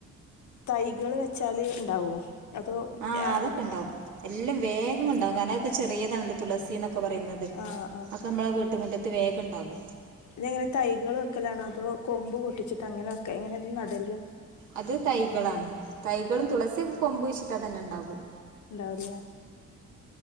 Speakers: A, on the left; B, on the right.
A: തൈകള് വെച്ചാല് ഇണ്ടാവോ അതോ
B: ആഹ്
A: എഹ്
B: അതൊക്കെ ഉണ്ടാവും എല്ലാം വേഗം ഉണ്ടാവും കാനൊക്കെ ചെറിയതാണ് തുളസീന്നൊ ഒക്കെ പറയുന്നത്
A: ആ ആ
B: ഒക്കെ നമ്മെ വീട്ടുമുറ്റത്ത് വേഗം ഉണ്ടാകും
A: ഇതെങ്ങനെ തൈകൾ വെക്കെല്ലാണോ അതോ കൊമ്പ് പൊട്ടിച്ചിട്ട് അങ്ങനെയൊക്കെ എങ്ങനെ നടല്
B: അത് തൈകളാണ് തൈകളും തുളസിയൊക്കെ കൊമ്പ് കുയിച്ചിട്ട തന്നെ ണ്ടാകും
A: ണ്ടാവുല്ലേ